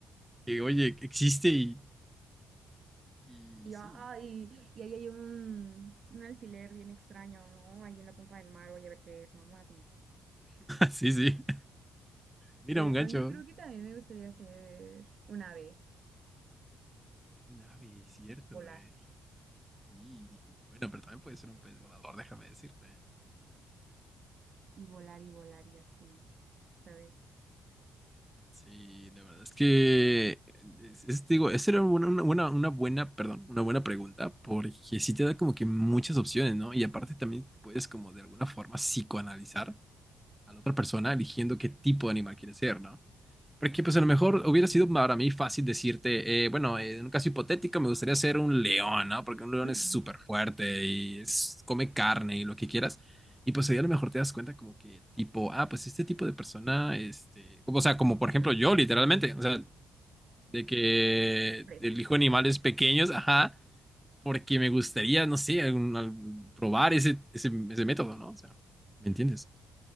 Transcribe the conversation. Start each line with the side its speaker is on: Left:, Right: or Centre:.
Centre: que, oye, existe y, y
Right: Y,
Centre: sí.
Right: ay, y ahí hay un, un alfiler bien extraño, ¿no? Ahí en la punta del mar, voy a ver qué es, ¿no? Así, ps,
Centre: <laughs> Sí, sí.
Right: ah.
Centre: Mira,
Right: Eh,
Centre: un gancho.
Right: a yo creo que también me gustaría ser un ave,
Centre: Un ave, cierto,
Right: volar,
Centre: ¿eh? Y bueno, pero también puede ser un pez volador, déjame decirte. ¿eh?
Right: y volar y volar y así, ¿sabes?
Centre: Sí, la verdad es que, es, es- digo, esa era una, una, una- una buena, perdón, una buena pregunta, porque sí te da como que muchas opciones, ¿no? Y aparte también puedes como de alguna forma psicoanalizar. a la otra persona eligiendo qué tipo de animal quiere ser, ¿no? Porque pues a lo mejor hubiera sido para mí fácil decirte, eh, bueno, eh, en un caso hipotético me gustaría ser un león, ¿no? Porque un león
Right: <laughs>
Centre: es súper fuerte y es- come carne y lo que quieras. Y pues ahí a lo mejor te das cuenta como que tipo, ah, pues este tipo de persona, este, o sea, como
Right: Tampoco.
Centre: por ejemplo yo literalmente, o sea, de que
Right: Presa.
Centre: elijo animales pequeños, ajá, porque me gustaría, no sé, algún- al- probar ese, ese, ese método, ¿no? O sea, ¿me entiendes?